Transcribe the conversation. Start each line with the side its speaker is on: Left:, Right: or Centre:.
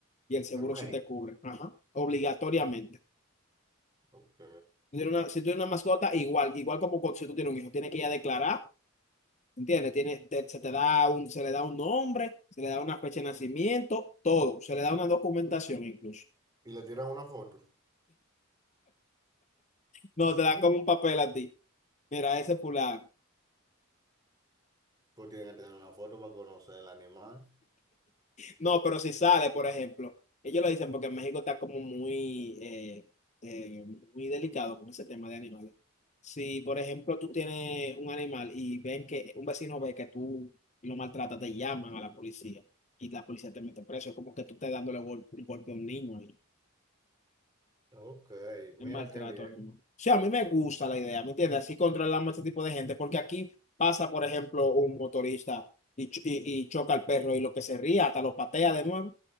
Left: Y el seguro
Right: En México.
Left: sí te cubre. Ajá. Obligatoriamente.
Right: Ok.
Left: Si tú tienes una, si tienes una mascota, igual, igual como con- si tú tienes un hijo, tienes que ir a declarar. ¿Entiendes? Tiene, te- se te da un, se le da un nombre, se le da una fecha de nacimiento, todo. Se le da una documentación incluso.
Right: Y le tiran una foto.
Left: No, te dan como un papel a ti. Mira, ese
Right: Ah,
Left: fulano.
Right: Pues tienen que tener una foto para conocer el animal.
Left: No, pero si sale, por ejemplo, ellos lo dicen porque en México está como muy, eh, eh, muy delicado con ese tema de animales. Si, por ejemplo, tú tienes un animal y ven que un vecino ve que tú lo maltratas, te llaman a la policía y la policía te mete preso. Es como que tú estás dándole gol- un golpe a un niño y
Right: Ok, mira
Left: es maltrato
Right: qué bien.
Left: animal. O sea, a mí me gusta la idea, ¿me entiendes? Así controlamos a este tipo de gente porque aquí pasa, por ejemplo, un motorista y, ch- y y choca al perro y lo que se ría hasta lo patea de nuevo.